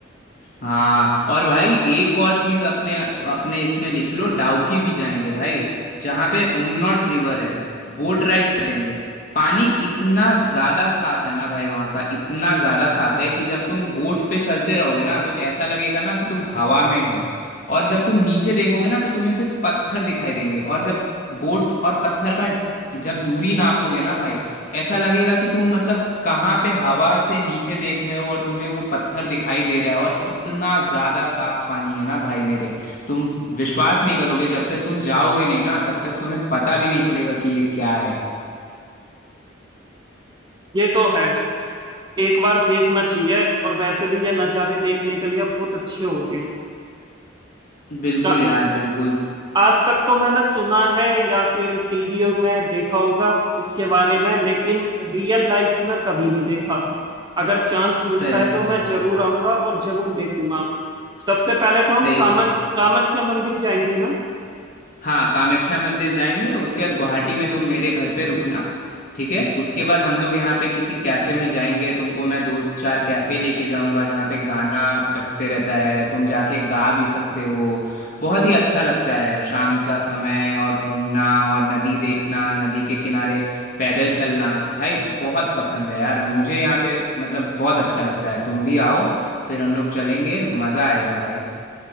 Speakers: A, on the left (about 45°); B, on the right (about 20°).
A: हाँ और भाई एक और चीज अपने अपने इसमें लिख लो डाउकी भी जाएंगे भाई जहाँ पे उमनॉट रिवर है बोट राइड करेंगे पानी इतना ज्यादा साफ है ना भाई वहाँ का इतना ज्यादा साफ है कि जब तुम बोट पे चलते रहोगे ना तो ऐसा लगेगा ना कि तुम हवा में हो और जब तुम नीचे देखोगे ना तो तुम्हें सिर्फ पत्थर दिखाई देंगे और जब बोट और पत्थर का जब दूरी नापोगे ना भाई ऐसा लगेगा कि तुम मतलब कहाँ पे हवा से नीचे देख रहे हो और तुम्हें वो पत्थर दिखाई दे रहा है और इतना ज़्यादा साफ पानी है ना भाई मेरे तुम विश्वास नहीं करोगे जब तक तुम जाओगे नहीं ना तब तक तुम्हें पता भी नहीं चलेगा कि ये क्या है
B: ये तो है एक बार देखना चाहिए और वैसे भी ये नज़ारे देखने के लिए बहुत अच्छे होते हैं
A: बिल्कुल
B: ता-
A: यार बिल्कुल
B: आज तक तो मैंने सुना है या फिर टीवी में देखा होगा इसके बारे में लेकिन रियल लाइफ में कभी नहीं देखा अगर चांस
A: सही
B: मिलता है तो
A: कह
B: मैं
A: रहे
B: जरूर
A: हो
B: आऊंगा और जरूर देखूंगा सबसे पहले तो
A: सही
B: हम कामक
A: कह रहे हो
B: कामाख्या मंदिर जाएंगे ना
A: हाँ कामाख्या मंदिर जाएंगे उसके बाद गुवाहाटी में तुम मेरे घर पे रुकना ठीक है उसके बाद हम लोग यहाँ पे किसी कैफ़े में जाएंगे तुमको मैं दो चार कैफ़े लेके जाऊंगा जहाँ पे गाना बजते रहता है तुम जाके गा भी सकते हो बहुत ही अच्छा लगता है शाम का समय और घूमना और नदी देखना नदी के किनारे पैदल चलना भाई बहुत पसंद है यार मुझे यहाँ पे मतलब बहुत अच्छा लगता है तुम भी आओ फिर हम लोग चलेंगे मज़ा आएगा भाई